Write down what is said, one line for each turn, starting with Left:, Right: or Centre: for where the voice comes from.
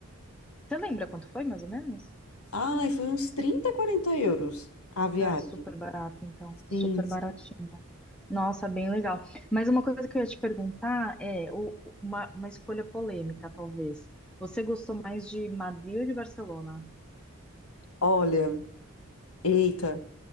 Centre: Você lembra quanto foi, mais ou menos?
Left: Ai, foi uns 30, 40 euros a viagem.
Centre: Ah, é super barata, então. Super
Left: Sim, sim.
Centre: baratinha. Nossa, bem legal. Mas uma coisa que eu ia te perguntar é o- uma, uma escolha polêmica, talvez. Você gostou mais de Madrid ou de Barcelona?
Left: Olha, eita.